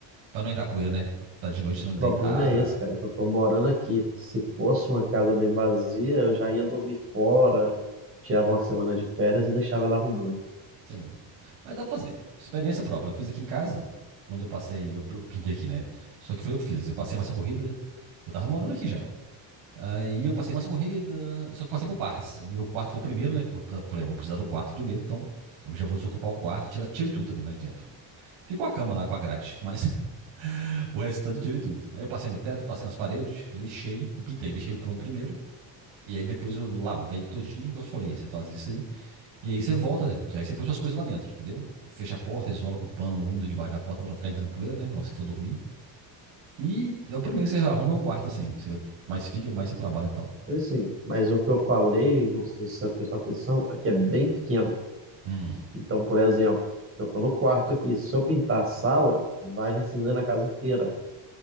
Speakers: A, on the right; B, on the right.
A: Pra não entrar poeira, né? Pra de noite você não
B: O
A: deitar,
B: problema é esse, cara, que eu tô morando aqui. Se fosse uma casa meio vazia, eu já ia dormir fora, tirava uma semana de férias e deixava ela arrumando.
A: Sim. Mas dá pra fazer. Experiência própria. Eu fiz aqui em casa, quando eu passei, eu, eu pintei aqui, né? Só que foi eu que fiz. Eu passei massa corrida, eu tava morando aqui já. Aí eu passei massa corrida, só que eu passei por partes. O Meu quarto foi o primeiro, né? Que eu precisava- falei, eu vou precisar do quarto primeiro, então eu já vou desocupar o quarto, tirar, tirei tudo também lá de dentro. Ficou a cama lá com a grade, mas <laughs> o restante eu tirei tudo. Aí eu passei no teto, passei nas paredes, lixei e pintei. Deixei ele pronto primeiro. E aí depois eu lavei todinho, igual eu te falei, você faz isso aí. E aí você volta, aí você põe suas coisas lá dentro, entendeu? Fecha a porta, isola com o pano úmido debaixo da porta pra não ficar entrando poeira, né? Logo que você for dormir. E é o primeiro que você arruma é o quarto, assim. que Você mais fica, mais você trabalha e tal.
B: Então, Assim, mas o que eu falei, não sei se você prestou atenção, é que é bem pequeno.
A: Hum,
B: Então, por exemplo, eu tô no quarto aqui. Se eu pintar a sala, vai recendendo a casa inteira.